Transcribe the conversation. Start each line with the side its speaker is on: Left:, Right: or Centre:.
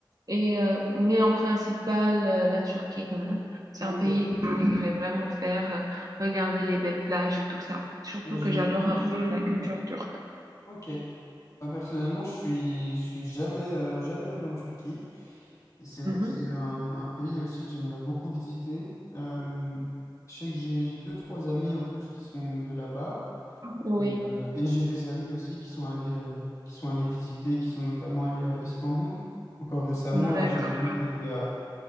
Right: Et, euh, mais en principal, euh, la Turquie quand même. C'est
Left: Ok.
Right: un pays que je voudrais vraiment faire, euh, regarder les belles plages et tout ça. Surtout
Left: Moi, j'ai...
Right: que j'adore un peu la culture turque.
Left: Ok. Moi, personnellement, je suis, je suis jamais, euh, jamais allé en Turquie. Et c'est vrai
Right: Mhm.
Left: que c'est un, un pays aussi que j'aimerais beaucoup visiter. Euh, je sais que j'ai, j'ai deux, trois amis en plus qui sont de là-bas.
Right: Oui,
Left: Et, euh, et j'ai des amis aussi qui sont allés, euh, qui sont allés visiter, qui sont notamment allés à Istanbul. Encore récemment,
Right: D'accord.
Left: là, j'ai un ami qui était à,